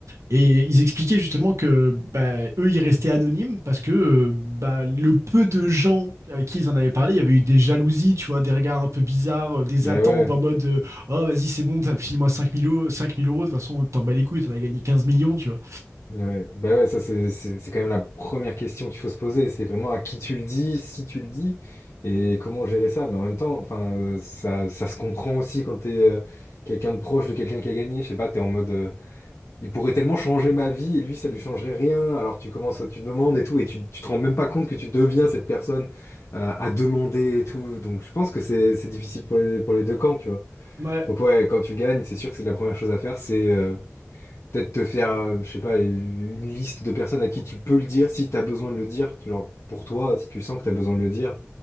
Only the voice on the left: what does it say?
Bah
ouais,
ouais. Bah ouais, ça c'est c'est c'est quand même la première question qu'il faut se poser. C'est vraiment à qui tu le dis, si tu le dis, et comment gérer ça. Mais en même temps, enfin, euh, ça, ça se comprend aussi quand t'es euh, quelqu'un de proche de quelqu'un qui a gagné. Je sais pas, t'es en mode. euh, Il pourrait tellement changer ma vie et lui, ça lui changerait rien. Alors tu commences, tu demandes et tout, et tu, tu te rends même pas compte que tu deviens cette personne euh, à demander et tout. Donc je pense que c'est c'est difficile pour les, pour les deux camps, tu vois.
Donc ouais, quand tu gagnes, c'est sûr que c'est la première chose à faire, c'est euh, peut-être te faire, euh, je sais pas, une liste de personnes à qui tu peux le dire si tu as besoin de le dire. Genre pour toi, si tu sens que tu as besoin de le dire.